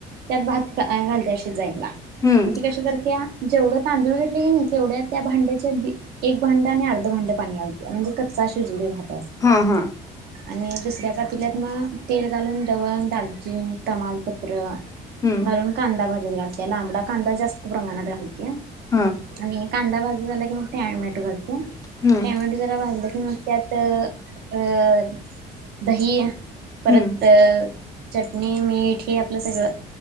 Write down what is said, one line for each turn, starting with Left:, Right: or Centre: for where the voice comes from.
Right: त्यात भात घालते शिजयला मग
Left: हम्म
Right: ती कशी करते जेवढं तांदूळ घेतले ग तेवढ्या त्या भांड्याच्या एक भांडं आणि अर्ध भांडं पाणी घालते म्हणजे कच्च भात शिजू दे म्हणून
Left: हा हा
Right: आणि दुसऱ्या पातील्यात मग तेल घालून लवंग दालचीन तमालपत्र
Left: हम्म
Right: घालून कांदा भाजत घालते लांबडा कांदा जास्त प्रमाणात घालत
Left: हा
Right: आणि कांदा भाजून कि टॅमेटो घालते
Left: हम्म
Right: टॅमेट जरा भाजला कम त्यात अ दही परत
Left: हम्म
Right: चटणी मीठ हे आपलं सगळं